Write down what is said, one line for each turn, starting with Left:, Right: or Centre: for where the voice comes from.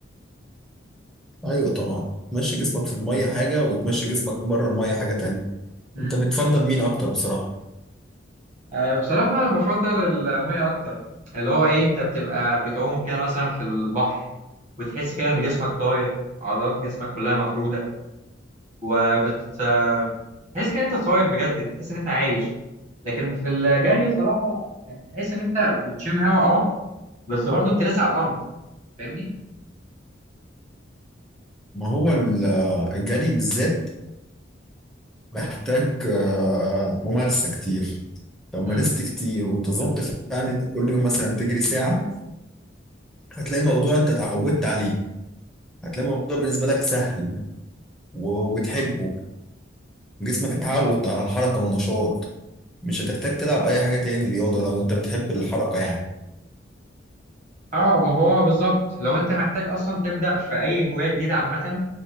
Centre: أيوه طبعا تمشي جسمك في المية حاجة وتمشي جسمك بره المية حاجة تانية
Right: امم
Centre: أنت بتفضل مين أكتر بصراحة؟
Right: أه بصراحه انا بفضل الميه اكتر اللي هو ايه انت بتبقى بتعوم كده مثلا في البحر وتحس كده ان جسمك طاير عضلات جسمك كلها مفروده وبت تحس كده إن انت طاير بجد تحس ان انت عايش لكن في الجري الصراحه تحس ان انت بتشم هوا اه بس برضه انت لسه على الارض فاهمني
Centre: ما هو ال- الجري بالذات محتاج آه، ممارسة كتير لو مارست
Right: مم.
Centre: كتير وانتظمت فعلا أنت كل يوم مثلا تجري ساعة هتلاقي الموضوع أنت اتعودت عليه هتلاقي الموضوع بالنسبة لك سهل وبتحبه جسمك اتعود على الحركة والنشاط مش هتحتاج تلعب اي حاجة تاني رياضة لو انت بتحب الحركة يعني
Right: اه ما هو بالظبط لو انت محتاج اصلا تبدا في اي هوايه جديده عامه